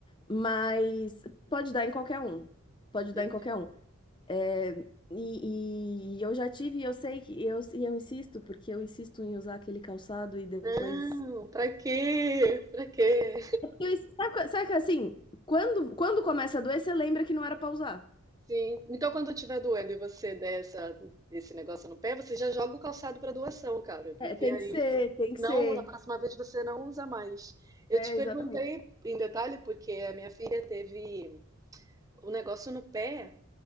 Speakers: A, on the left (about 20°); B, on the right (about 15°).
A: mas pode dar em qualquer um. Pode
B: Entendi.
A: dar em qualquer um. É, E, e eu já tive, eu sei que eu, e eu insisto, porque eu insisto em usar aquele calçado e depois.
B: Não, pra quê? Pra quê?
A: Eu- sabe, que- sabe que assim, quando, quando começa a doer, você lembra que não era pra usar.
B: Sim. Então, quando eu estiver doendo e você der essa, esse negócio no pé, você já joga o calçado para doação, cara, porque
A: É, tem
B: aí
A: que ser, tem que
B: não,
A: ser.
B: na próxima vez você não usa mais. Eu
A: É,
B: te perguntei
A: exatamente.
B: em detalhe porque a minha filha teve um negócio no pé.